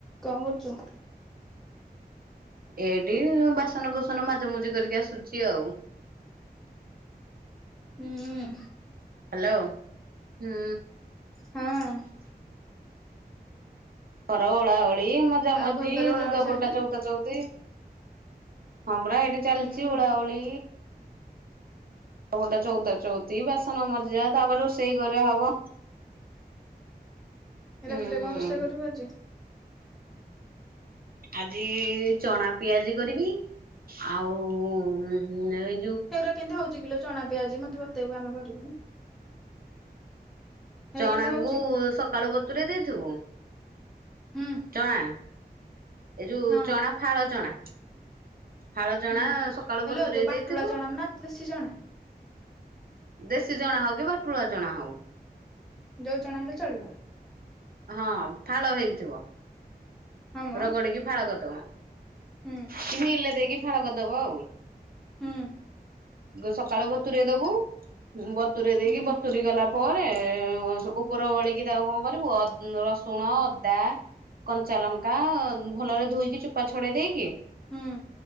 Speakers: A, in the centre; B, on the right.
A: କଣ କରୁଛୁ?
B: ଏଇଠି ବାସନକୁସନ ମାଜି ମୁଜି କରିକି ଆସୁଛି ଆଉ
A: ହୁଁ
B: ହ୍ୟାଲୋ। ହୁଁ
A: ହଁ
B: ଘର ଓଳା ଓଳି ମଜା
A: ଆଉ
B: ମଜି
A: ଘର ଦ୍ୱାର ଓଳା
B: ଲୁଗାପଟା
A: ଓଳି ସଇଲା?
B: ଚଉତା ଚଉତି ହଁ ପରା। ଏଇଠି ଚାଲିଛି
A: ହୁଁ
B: ଓଳାଓଳି ସବୁଟା ଚଉତା ଚଉତି ବାସନ ମଜା ତାପରେ ରୋଷେଇ କରା ହବ
A: ରାତିରେ
B: ଉଁ
A: କଣ ରୋଷେଇ କରିବୁ ଆଜି?
B: ଆଜି ଚଣା ପିଆଜି କରିବି ଆଉ ଉଁ ଉଁ ଏ
A: ସେଗୁରା କେମିତି ହଉଛି କିଲୋ ଚଣା ପିଆଜି ମତେ ବତେଇବୁ ଆମେ କରିବୁ। ହେରା
B: ଚଣାକୁୁ
A: କେମିତି ହଉଛି?
B: ସକାଳୁ ବତୁରେଇ ଦେଇଥିବୁ
A: ହୁଁ
B: ଚଣା ଏଇ ଯୋଉ
A: ହଁ
B: ଚଣା ଫାଳ ଚଣା ଫାଳଚଣା
A: ହୁଁ।
B: ସକାଳୁ
A: ହଲୋ
B: ବତୁରେଇ
A: ଯୋଉ ବାଟୁଳା
B: ଦେଇଥିବୁ
A: ଚଣା ନା ଦେଶୀ ଚଣା
B: ଦେଶୀ ଚଣା ହଉ କି ବାଟୁଳା ଚଣା ହଉ।
A: ଯୋଉ ଚଣା ହେଲେ ଚଳିବ।
B: ହଁ ଫାଳ ହେଇଥିବ।
A: ହଁ ମ
B: ରଗଡିକି ଫାଳ କରିଦବ
A: ହୁଁ
B: କି ମିଲ ରେ ଦେଇକି ଫାଳ କରିଦବା ଆଉ।
A: ହୁଁ
B: ସକାଳୁ ବତୁରେଇ ଦବୁ ବତୁରେଇ ଦେଇକି
A: ହୁଁ
B: ବତୁୁରୀ ଗଲା ପରେ ଉପର ବଳିକି ତାକୁ କଣ କରିବୁ ରସୁଣ ଅଦା କଞ୍ଚାଲଙ୍କ କା ଭଲରେ ଧୋଇକି ଚୋପା ଛଡେଇ ଦେଇକି
A: ହୁଁ।